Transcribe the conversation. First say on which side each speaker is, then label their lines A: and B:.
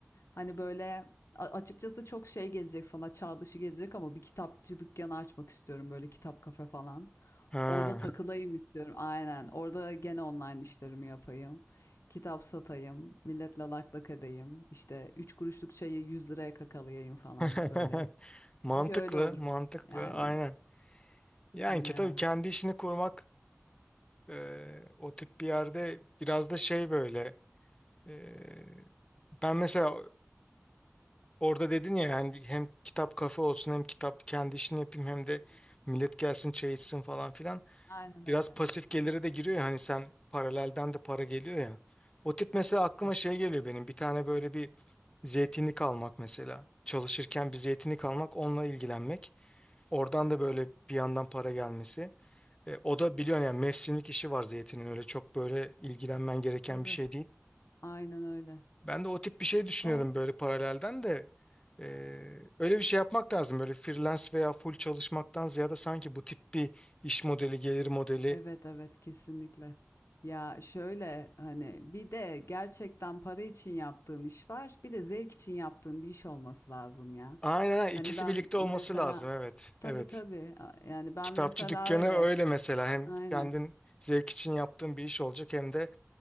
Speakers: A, on the left; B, on the left.
A: Hani böyle a- açıkçası çok şey gelecek sana çağ dışı gelecek ama bir kitapçı dükkanı açmak istiyorum böyle kitap kafe falan.
B: Ha.
A: Orada takılayım istiyorum. Aynen. Orada gene online işlerimi yapayım. Kitap satayım. Milletle lak lak edeyim. İşte 3 kuruşluk çayı 100 liraya kakalayayım falan
B: <laughs>
A: böyle.
B: Mantıklı,
A: Çünkü öyle olur.
B: mantıklı.
A: Yani
B: Aynen. Yani
A: ne?
B: ki tabii kendi işini kurmak e, o tip bir yerde biraz da şey böyle e, ben mesela orada dedin ya yani hem kitap kafe olsun hem kitap kendi işini yapayım hem de
A: Aynen.
B: millet gelsin çay içsin falan filan.
A: Aynen
B: Biraz
A: öyle.
B: pasif gelire de giriyor ya hani sen paralelden de para geliyor ya. O
A: Aynen
B: tip mesela
A: öyle.
B: aklıma şey geliyor benim bir tane böyle bir zeytinlik almak mesela. Çalışırken bir zeytinlik almak onunla ilgilenmek. Oradan da böyle bir yandan para gelmesi. E, o da biliyorsun yani mevsimlik işi var zeytinin öyle çok böyle ilgilenmen
A: Tabii
B: gereken
A: tabii.
B: bir şey değil.
A: Aynen öyle.
B: Ben de o tip bir şey düşünüyorum
A: Güzel.
B: böyle paralelden de. E, öyle bir şey yapmak lazım böyle freelance veya full çalışmaktan ziyade sanki bu tip bir iş modeli gelir modeli
A: Evet evet kesinlikle. Ya şöyle hani bir de gerçekten para için yaptığın iş var. Bir de zevk için yaptığın bir iş olması lazım ya.
B: Aynen aynen.
A: Hani
B: ikisi
A: ben
B: birlikte
A: mesela
B: olması lazım evet.
A: tabii
B: Evet.
A: tabii a- yani ben
B: Kitapçı
A: mesela
B: dükkanı
A: öyle.
B: öyle mesela hem
A: Aynen.
B: kendin zevk için yaptığın bir iş olacak hem de